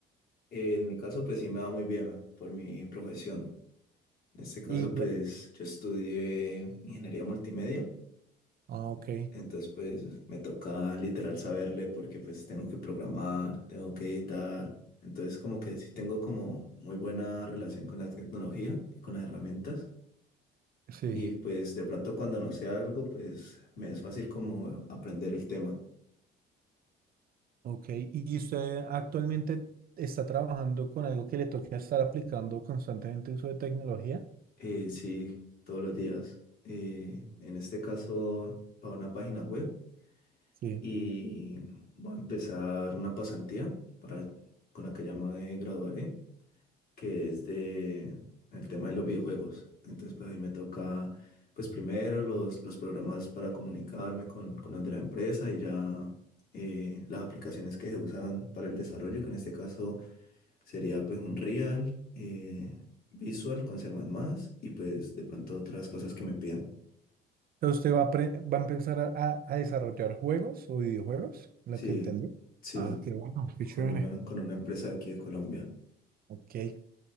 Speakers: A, on the left; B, on the right.
A: en mi caso, pues sí me va muy bien por mi profesión. En este caso,
B: Y,
A: pues yo estudié ingeniería multimedia,
B: ah, ok,
A: entonces pues me toca literal saberle porque pues tengo que programar, tengo que editar, entonces como que sí tengo como muy buena relación con la tecnología y con las herramientas.
B: sí,
A: Y pues de pronto cuando no sé algo, pues me es fácil como aprender el tema.
B: ok. ¿Y usted actualmente está trabajando con algo que le toque estar aplicando constantemente uso de tecnología?
A: Eh, sí, todos los días. Eh, en este caso, para una página web.
B: Sí.
A: Y voy a empezar una pasantía para, con la que ya me graduaré, que es de el tema de los videojuegos. Entonces, pues ahí me toca, pues primero los, los programas para comunicarme con, con los de la empresa y ya eh, las aplicaciones que se usan para el desarrollo, que en este caso Sería pues un Real, eh, Visual con C++ y pues de pronto otras cosas que me pidan.
B: Entonces, ¿Usted va a, pre- va a empezar a, a- a desarrollar juegos o videojuegos? Lo
A: Sí,
B: que entendí.
A: sí,
B: Ah, qué bueno, qué
A: con
B: chévere.
A: una, con una empresa de aquí de Colombia.
B: Ok.